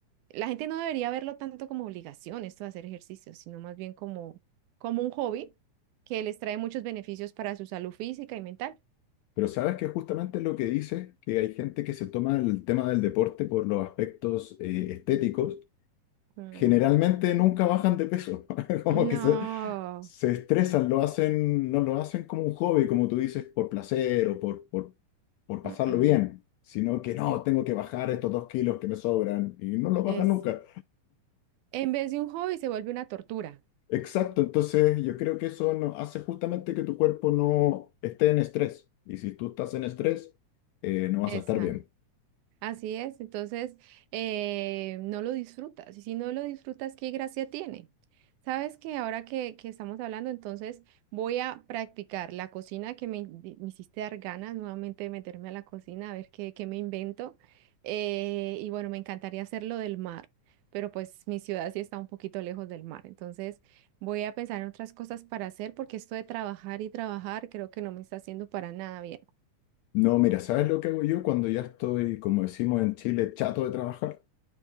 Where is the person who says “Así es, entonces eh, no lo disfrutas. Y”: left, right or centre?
Right